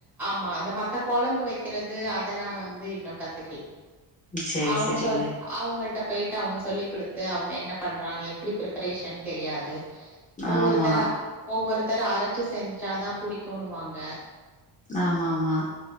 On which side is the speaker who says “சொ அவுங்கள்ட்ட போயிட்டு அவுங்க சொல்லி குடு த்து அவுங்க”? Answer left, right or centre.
Centre